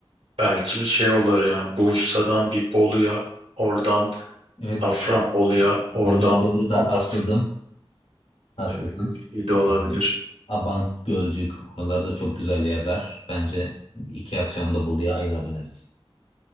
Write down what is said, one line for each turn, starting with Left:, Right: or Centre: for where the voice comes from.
Right: Belki bir şey olur yani. Bursa'dan bir Bolu'ya, oradan
Left: Evet,
Right: Safranbolu'ya, oradan
Left: Bolu'yu doğrudan
Right: Amasra
Left: atladım. Haklısın.
Right: öyle bir şey de
Left: Ee,
Right: olabilir.
Left: Abant, Gölcük oralarda çok güzel yerler. Bence iki akşamda da Bolu'ya ayırabiliriz.